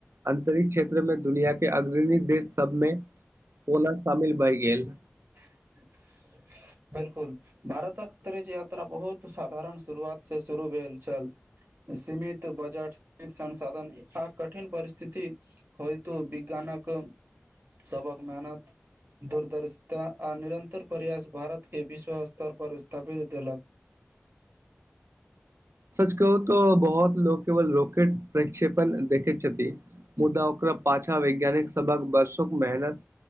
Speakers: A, on the right (about 80°); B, on the right (about 55°).
A: अंतरिक्ष क्षेत्र में दुनिया के अग्रणी देश सबमें। कोना शामिल भए गेल।
B: <unintelligible> बिल्कुल, भारतक अंतरिक्ष यात्रा बहुत साधारण शुरुआत से शुरू भेल छल। सीमित बजट, सीमित संसाधन आ कठिन परिस्थिति होइतो विज्ञान। नक सबहक मेहनत दूरदर्शिता आ निरन्तर प्रयास भारत। के विश्व स्तर पर स्थापित देलक।
A: सच कहू तो बहुत लोक केवल रॉकेट प्रक्षेपण देखैत छथिन। मुदा ओकरा पाछा वैज्ञानिक सबहक बरसों के मेहनत।